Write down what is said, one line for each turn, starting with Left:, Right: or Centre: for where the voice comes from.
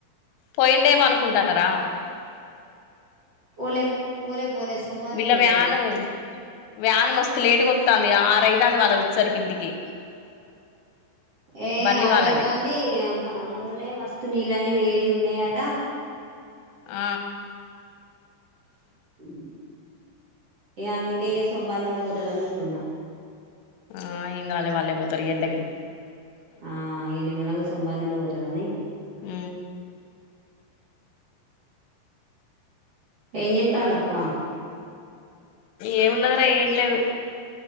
Left: పోయిండేమో అనుకుంటాన్నారా
Right: పోలే పోలే పోలే సోమవారం
Left: వీళ్ళ
Right: నుండి
Left: వ్యాను
Right: పోతాడు
Left: వ్యాన్ మస్తు లేటుగా వస్తది ఆరు అైతుంది వాళ్ళ సరికి ఇంటికి
Right: ఏ
Left: బన్నీ
Right: ఆరైతంది
Left: వాళ్ళది
Right: మొన్ననే మస్తు నీళ్ళ అన్ని వే ది ఉన్నాయటా
Left: ఆ
Right: ఉ ఇగ అందుకే సోమవారం నుండి పోతాడని ఉ ఉరుకున్నా
Left: ఆ ఏం కాలేదు లే వాళ్ళ పోూతురు ఎండకి
Right: ఆ ఇ నిమ్మలంగా సోమార్ నుండి పోతాడని
Left: ఉ
Right: ఎం చేతల్లు అక్క
Left: ఏమున్నది రా ఏం లేదు